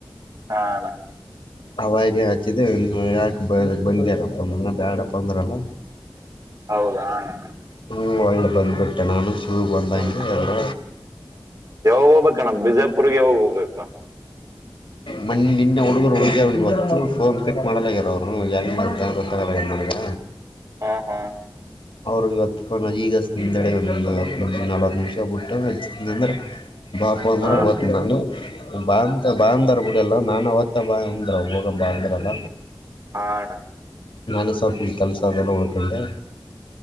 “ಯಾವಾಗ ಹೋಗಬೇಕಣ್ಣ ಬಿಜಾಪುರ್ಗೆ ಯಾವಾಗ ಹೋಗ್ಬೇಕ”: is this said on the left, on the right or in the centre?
Right